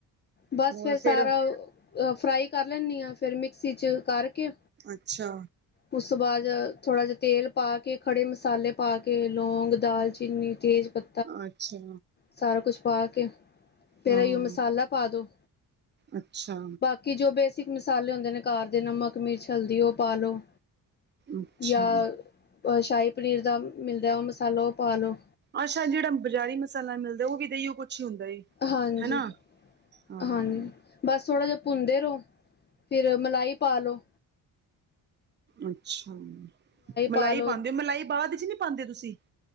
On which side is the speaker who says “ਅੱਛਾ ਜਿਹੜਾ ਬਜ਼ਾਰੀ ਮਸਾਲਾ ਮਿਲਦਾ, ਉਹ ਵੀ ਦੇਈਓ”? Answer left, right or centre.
Right